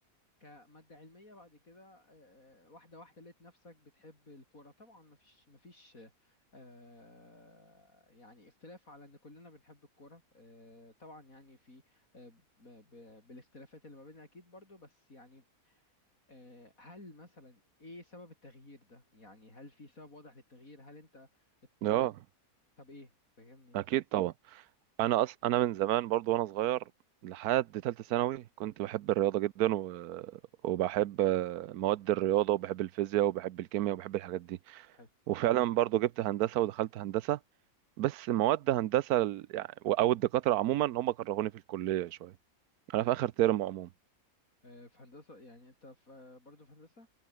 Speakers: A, on the left (about 65°); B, on the right (about 85°).
A: كمادة علمية بعد كده آه، آه، واحدة واحدة لقيت نفسك بتحب الكورة طبعا مفيش مفيش آه، يعني اختلاف على ان كلنا بنحب الكورة آه، طبعا يعني في آه، ب- ب- بالاختلافات اللي ما بيننا اكيد برضو بس يعني آه، هل مثلا ايه سبب التغيير ده يعني هل في سبب واضح للتغيير هل انت اضطريت
B: اه
A: طب ايه فهمني مثلا
B: اكيد طبعا انا أص... انا من زمان برضو وانا صغير لحد تالتة ثانوي كنت بحب الرياضة جدا و... وبحب مواد الرياضة وبحب الفيزياء وبحب الكيمياء وبحب الحاجات دي
A: حلو
B: وفعلا برضو جبت هندسة ودخلت هندسة بس مواد هندسة ال- يعني او الدكاترة عموما هم كرهوني في الكلية شوية انا في اخر ترم عموما
A: آه، في هندسة يعني انت في برضو في هندسة